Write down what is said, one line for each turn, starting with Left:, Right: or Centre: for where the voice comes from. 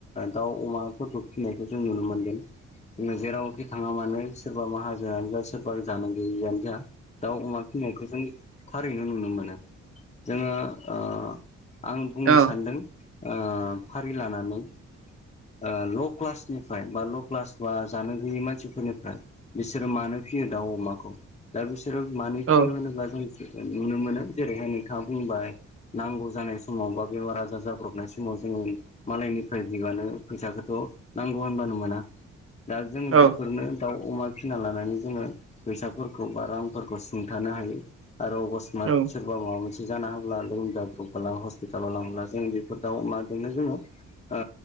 Left: दाउ, अमाफोरखौ फिनायखौ जों नुनो मोनगोन। जोङो जेरावखि थाङा मानो सोरबा माहाजोनआनो जा सोरबा जानो गैयिआनो जा। दाउ, अमा फिसिनायखौ जों थारैनो नुनो मोनो जोङो ओ आं बुंनो
Right: औ
Left: सानदों। ओ फारि लानानै ओ ल' क्लासनिफ्राय बा ल' क्लास बा जानो गैयै मानसिफोरनिफ्राय बिसोरो मानो फियो दाउ अमाखौ दा बिसोरो मानो
Right: औ
Left: फियो होनोब्ला जों नुनो मोनो जेरैहाय नोंथाङा बुंबाय नांगौ जानाय समाव बा बेमार आजार जाब्रबनाय समाव जोङो मालायनिफ्राय बिबानो फैसाखौथ' नांगौ होनबानो मोना। दा जों
Right: औ
Left: बेफोरनो दाउ, अमा फिसिना लानानै जोङो फैसाफोरखौ बा रांफोरखौ सुंथानो हायो आरो अबस- <unintelligible>
Right: औ
Left: सोरबा माबा मोनसे जाना होब्ला लोमजाब्रबोला हस्पिटालाव लांब्ला जों बेफोर दाव, अमाजोंनो जोङो ओ